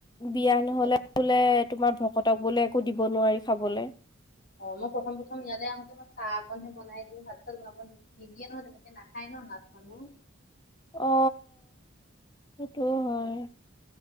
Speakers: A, on the left; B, on the left.
A: বিয়া
B: মুস্কিলে।
A: নহলে বোলে তোমাৰ ভকতক বোলে একো দিব নোৱাৰি খাবলে
B: অ মই প্ৰথম প্ৰথম ইয়ালে আহোতে মই চাহ অকনহে বনাই দিওঁ ভাত চাত বনাব নিওঁ নিদিয়েনহয় তেনেকে নাখায় ন নাথ মানো
A: অ সেইটো হয়